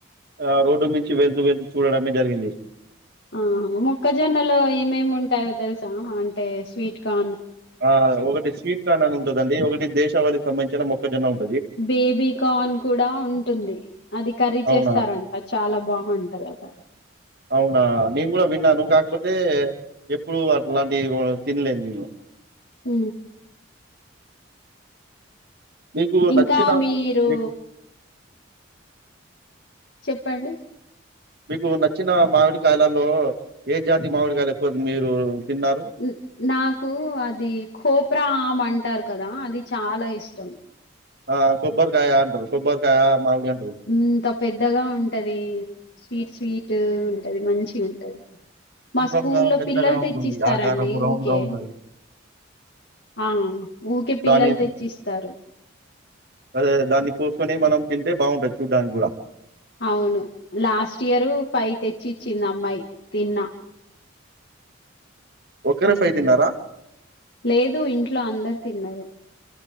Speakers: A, on the right; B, on the left.
A: ఆ రోడ్డు నుంచి వెళ్తూ వెళ్తూ చూడడమే జరిగింది
B: ఆహ మొక్కజొన్నలో ఏమేమి ఉంటాయో తెలుసా అవంటే స్వీట్ గా
A: ఆ ఒకటి స్వీట్ కాన్ ఉ లెదండి ఒకటి దేశావనికి సంబంధించిన మొక్కజన్న ఉంటంది
B: బేబి కార్న్ కూడా ఉ టుంది అది కర్రీ
A: అవునా?
B: చేస్తారంట చాల బాగుంటదట
A: అవునా? నేను కూడా విన్నాను కాకపోతే ఎప్పుడుూ అట్లాంటి తిన్లేదు నేను
B: ఉ
A: మీకు
B: ఇంకా
A: నచ్చిన
B: మీరూ
A: మీకు
B: చెప్పండి
A: మీకు నచ్చిన మామిడి కాయల మేము ఏ జాతి మామిడికాయలు ఎక్కువ మీరు తిన్నారు
B: న్ నాకు అది కోోప్రా ఆమ్ అంటారు కదా అది చాల ఇష్టం
A: ఆ కొబ్బరికాయ అంటరు కొబ్బరికాయ మామిడి అంటారు
B: ఇంత పెద్దగా ఉంటది స్వీట్ స్వీట్ ఉంటంది మంచిగ్ ఉంటది మా
A: గుండ్రంగా
B: స్కూల్లో
A: పెద్దగా
B: పిల్లలు
A: ఉంటుంది
B: తెచ్చిస్తారండి
A: ఆకారము రౌండ్
B: ఊకే
A: గా ఉంటది
B: ఆ ఊకే పిల్లలు
A: దాని
B: తెచ్చిస్తారు
A: అదే దాన్ని కోసుని మనం తింటే బాగుండదె చుడ్డానికి కూడా
B: అవును లాస్ట్ ఇయరు ఫైవ్ తెచ్చి ఇచ్చింది అమ్మాయి ఇ తిన్నా
A: ఒకరే
B: ఊహు
A: ఫైవ్ తిన్నారా
B: లేదు ఇంట్లో అందరు తిన్నారు